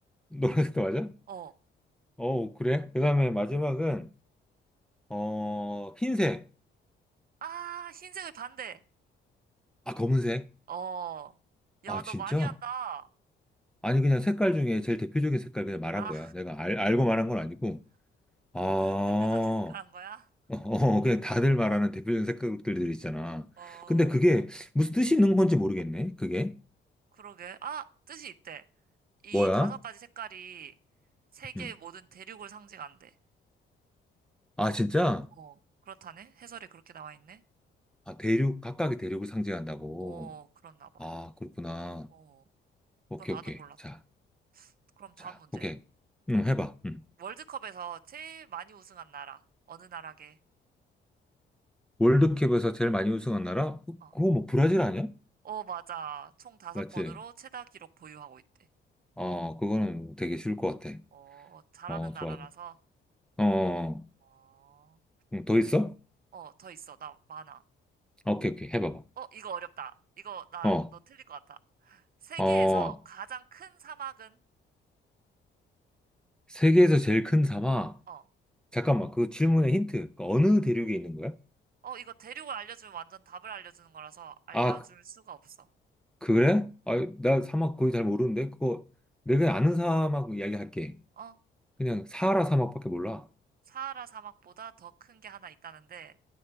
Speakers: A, in the centre; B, on the right (about 50°).
A: <laughs> 노란색도 맞아?
B: 어,
A: 어 그래. 그 다음에 마지막은 어 흰색.
B: 아, 흰색의 반대.
A: 아 검은색.
B: 어, 야,
A: 아
B: 너
A: 진짜?
B: 많이 한다.
A: 아니, 그냥 색깔 중에 제일 대표적인 색깔 그냥 말한
B: 아,
A: 거야. 내가 알, 알고 말한 건 아니고, 아, <laughs> 어,
B: <laughs> 대표적인 색깔 한 거야?
A: 어, 그냥 다들 말하는 대표적인 색깔들 있잖아.
B: 어,
A: 근데 그게 무슨 뜻이 있는 건지 모르겠네, 그게.
B: 그러게. 아, 뜻이 있대. 이
A: 뭐야?
B: 다섯 가지 색깔이 세계의
A: 음.
B: 모든 대륙을 상징한대.
A: 아, 진짜?
B: 어, 그렇다네. 해설에 그렇게 나와 있네.
A: 아, 대륙, 각각의 대륙을 상징한다고.
B: 어, 그렇나 봐.
A: 아, 그렇구나.
B: 어,
A: 오케이,
B: 이건 나도
A: 오케이.
B: 몰랐다.
A: 자,
B: 그럼
A: 자,
B: 다음 문제.
A: 오케이. 응, 해봐. 응.
B: 월드컵에서 제일 많이 우승한 나라. 어느 나라게?
A: 월드컵에서 제일 많이 우승한 나라? 그-
B: 어,
A: 그거 뭐 브라질 아니야?
B: 어, 맞아. 총 다섯
A: 맞지?
B: 번으로 최다 기록 보유하고 있대.
A: 어, 그거는 되게 쉬울 것 같아.
B: 어, 잘하는
A: 어,
B: 나라라서.
A: 좋아. 좋아. 어. 어.
B: 어,
A: 응, 더 있어?
B: 어, 더 있어. 나 많아.
A: 아, 오케이, 오케이. 해봐봐.
B: 어, 이거 어렵다. 이거 나,
A: 어,
B: 너 틀릴 것 같아. 세계에서
A: 어,
B: 가장 큰 사막은?
A: 세계에서 제일 큰 사막.
B: 어,
A: 잠깐만, 그 질문의 힌트. 그 어느 대륙에 있는 거야?
B: 어, 이거 대륙을 알려주면 완전 답을 알려주는 거라서 알려줄
A: 아, 그-
B: 수가 없어.
A: 그 그래?
B: 어,
A: 아, 나 사막 거의 잘 모르는데? 그거, 내가 아는 사막 이야기할게.
B: 어,
A: 그냥 사하라 사막밖에 몰라.
B: 사하라 사막보다 더 큰 게 하나 있다는데,